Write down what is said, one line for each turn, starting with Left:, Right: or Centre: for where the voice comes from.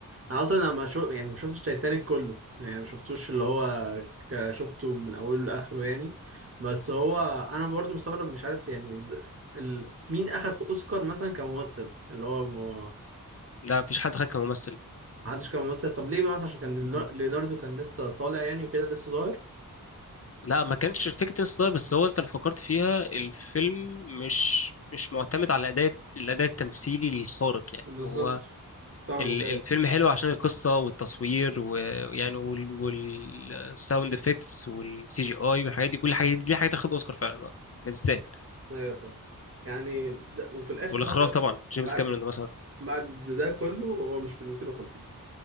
Right: أنا أصلا أنا ما شو... يعني ما شفتش تايتانيك كله يعني ما شفتوش اللي هو ك- شفته من أوله لآخره يعني بس هو أنا برضو مستغرب مش عارف يعني ال... مين أخد أوسكار مثلا كممثل اللي هو م...
Left: لا مفيش حد خد كممثل
Right: ما حدش كان ممثل طب ليه بقى مثلا عشان كان لينا-
Left: مهم.
Right: ليوناردو كان لسه طالع يعني وكده لسه صغير
Left: لا ما كانش فكرة الستار بس هو انت اللي فكرت فيها الفيلم مش مش معتمد على اداء الاداء التمثيلي الخارق يعني
Right: بالظبط
Left: هو
Right: فاهمك
Left: ال-
Right: ايه
Left: الفيلم حلو عشان القصة والتصوير ويعني والساوند افكتس والسي جي اي والحاجات دي كل حاجة دي حاجة تاخد اوسكار فعلا بقى ما تستاهل
Right: ايوه فاهم يعني ده وفي الاخر
Left: والاخراج
Right: بعد
Left: طبعا جيمس
Right: بعد
Left: كاميرون مثلا
Right: بعد ده كله هو مش في ال 250